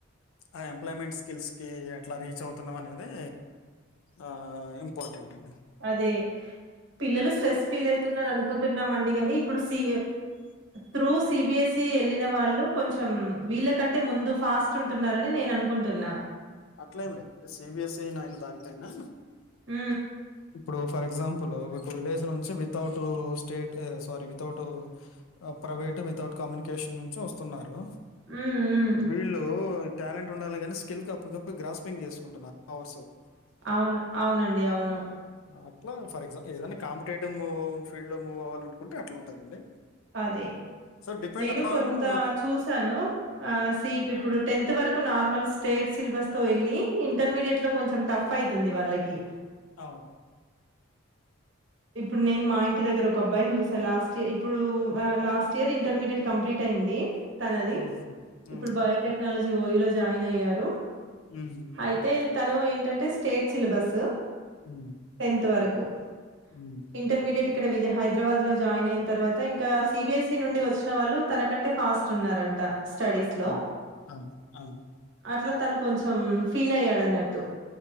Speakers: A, on the left; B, on the right.
A: ఆ ఎంప్లాయ్మెంట్ స్కిల్స్ కి ఎట్లా రీచ్ అవుతున్నాం అనేది ఆ ఇంపార్టెంట్ అండి.
B: అదే పిలలు స్ట్రెస్ ఫీల్ అవుతున్నారు అనుకుంటున్నామ అండి కానీ ఇప్పుడు సి త్రూ సిబిఎస్ఈ వెళ్ళిన వాళ్ళు కొంచెం వీళ్ళ కంటే ముందు ఫాస్ట్ ఉంటున్నారని నేను అనుకుంటున్నా
A: అట్లే ఏం లేదు స సిబిఎస్ఈ నాయన దాగితేయినా
B: హ
A: ఇప్పుడు ఫర్ ఎగ్జాంపుల్ ఒక విలేజ్ నుంచి without state sorry without private without communication నుంచి వస్తున్నారు
B: హ్మ్. హ్మ్.
A: వీళ్ళు టాలెంట్ ఉండాలి కాని స్కిల్ క అప్పటికప్పుడు గ్రాస్ పపియింగ్ చేసుకుంటున్నారు ఆవర్స్
B: అవును అవునండి అవును
A: అట్లా ఫర్ ఎగ్ ఏదైనా కాంపిటేటివ్్ ఫీల్డ్ లో మూవ్ అవ్వాల అనుకుంటే అట్లా ఉంటుందండి
B: అదే
A: సో డిపెండ్
B: నేను
A: ఆన్
B: కొంత
A: అవును
B: చూసాను ఆ సి ఇప్పుడు టెన్త్ వరకు నార్మల్ స్టేట్ సిలబస్ తో వెళ్ళలి ఇంటర్మీడియట్ లో కొంచెం టఫ్ ఫ తుంది వాళ్ళకి
A: అవు
B: ఇప్పుడు నేను మా ఇంటి దగ్గర ఒక అబ్బాయిని చూసాను లాస్ట్ ఇయర్ ఇప్పుడు లాస్ట్ ఇయర్ ఇంటర్మీడియట్ కంప్లీట్ అయింది తనది
A: ఉమ్, ఉమ్,
B: ఇప్పుడు బయోటెక్నాలజీ ఓయ లో జాయిన్ అయ్యారు
A: ఉమ్,
B: అయితే తను ఏంటంటే స్టేట్ సిలబస్
A: ఉమ్,
B: టెన్త్ వరకు తక్
A: ఉమ్,
B: ఇంటర్మీడియట్ ఇక్కడ విజయ హైద్రబాద్ లో జాయిన్ అయిన తర్వాత ఇంకా సిబిఎస్ఇ నుండి వచ్చిన వాళ్ళు తనకంటే ఫాస్ట్ ఉన్నారంట స్టడీస్ లో
A: అవ్ అవ్ అవును
B: అట్లా తను కొంచెం ఫీల్ అయ్యాడ్ అన్నట్టు